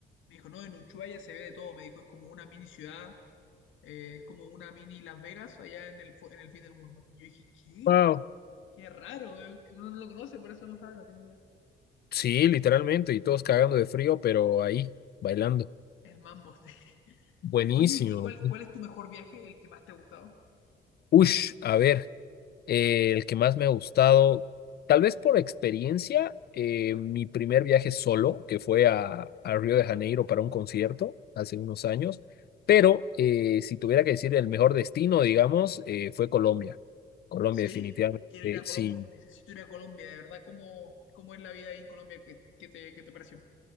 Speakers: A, on the left (about 80°); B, on the left (about 55°).
A: me dijo, no, en Ushuaia se ve de todo, me dijo, es como una mini ciudad, eh, es como una mini Las Vegas allá en el, fu- en el fin del mundo. Y yo dije, ¿qué?
B: Wow.
A: Qué raro, eh, que uno no lo conoce, por eso no sabe, no tiene idea.
B: Sí, literalmente, y todos cagando de frío, pero ahí, bailando.
A: El mambo, <laughs> sí.
B: Buenísimo.
A: Oye, ¿y cuál, cuál es tu mejor viaje, el que más te ha gustado?
B: Ush, a ver. Eh, el que más me ha gustado, tal vez por experiencia, eh, mi primer viaje solo, que fue a, a Río de Janeiro para un concierto hace unos años, pero eh, si tuviera que decir el mejor destino, digamos, eh, fue Colombia. Colombia
A: Sí,
B: definitivamente,
A: quiero ir a
B: sí.
A: Colombia, necesito ir a Colombia, de verdad, ¿cómo, cómo es la vida ahí en Colombia? ¿Qué, qué te, qué te pareció?